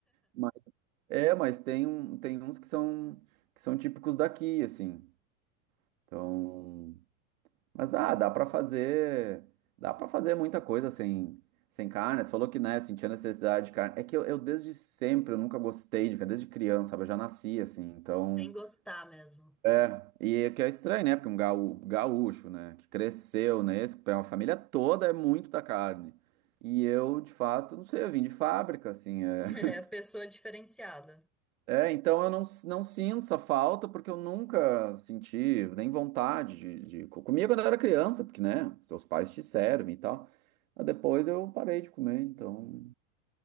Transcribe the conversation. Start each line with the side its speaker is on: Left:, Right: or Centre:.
Right: Mas, é, mas tem, um, tem uns que são, que são típicos daqui, assim. Então, mas ah, dá pra fazer, dá para fazer muita coisa sem, sem carne. Tu falou que, né, sentia necessidade de carne. É que eu, eu desde sempre, eu nunca gostei de carne, desde criança, sabe? Eu já nasci, assim, então...
Centre: Sem gostar mesmo.
Right: É, e o que é estranho, né? Porque um gaú- gaúcho, né? Que cresceu nesse, que é uma família toda é muito da carne. E eu, de fato, não sei, eu vim de fábrica, assim. É,
Centre: É,
Right: <laughs>
Centre: pessoa diferenciada.
Right: É, então eu não, s- não sinto essa falta, porque eu nunca senti nem vontade de, de... co- Comia quando eu era criança, porque, né? Teus pais te servem e tal. Mas depois eu parei de comer, então.